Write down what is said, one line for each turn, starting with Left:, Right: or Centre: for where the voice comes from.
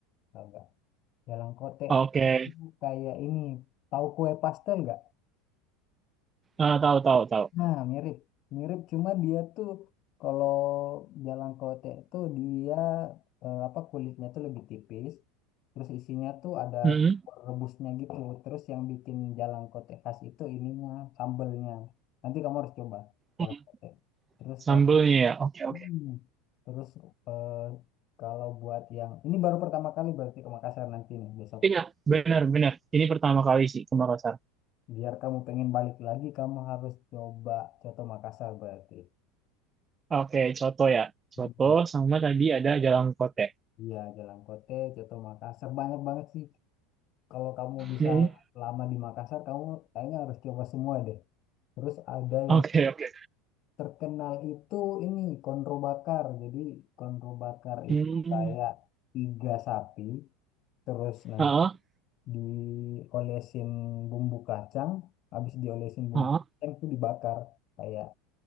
Left: tau nggak? Jalangkote
Right: oke.
Left: itu kayak ini, tahu kue pastel nggak?
Right: Ah, tahu tahu tahu.
Left: Nah, mirip. Mirip cuma dia tuh kalau jalan kote itu dia eh, apa kulitnya tuh lebih tipis. Terus isinya tuh ada
Right: Mm-mm.
Left: rebusnya gitu. Terus yang bikin jalan kote khas itu ininya, sambelnya. Nanti kamu harus coba jalan
Right: Mm.
Left: kote. Terus
Right: Sambelnya
Left: kalau
Right: ya. Oke oke.
Left: Hmm. terus eh, kalau buat yang ini baru pertama kali berarti ke Makassar nanti nih besok.
Right: Iya, benar benar. Ini pertama kali sih ke Makassar.
Left: Biar kamu pengen balik lagi, kamu harus coba Coto Makassar berarti.
Right: Oke, coto ya.
Left: Hmm.
Right: Coto sama tadi ada jalan kote.
Left: Iya, Jalan Kote, Coto Makassar. Banyak banget sih. Kalau kamu bisa
Right: mm
Left: lama di Makassar, kamu kayaknya harus coba semua deh. Terus ada
Right: Oke
Left: yang
Right: oke.
Left: terkenal itu ini, konro bakar. Jadi konro bakar
Right: Hmm.
Left: itu kayak iga sapi, terus nanti
Right: Ah, ah,
Left: diolesin bumbu kacang, habis diolesin bumbu
Right: ah.
Left: kacang itu dibakar. Kayak,